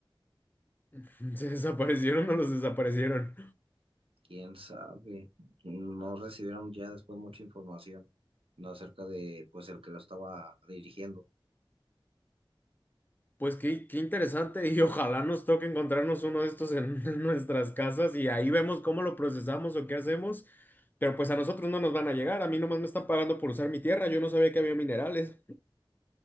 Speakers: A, on the left (about 20°); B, on the right (about 85°).
A: <laughs> se desaparecieron o los desaparecieron.
B: ¿Quién sabe? No recibieron ya después mucha información ¿no? acerca de, pues, el que lo estaba dirigiendo.
A: Pues qué, qué interesante y ojalá nos toque encontrarnos uno de estos en, <laughs> en nuestras casas y ahí vemos cómo lo procesamos o qué hacemos. Pero pues a nosotros no nos van a llegar, a mí nomás me está pagando por usar mi tierra, yo no sabía que había minerales.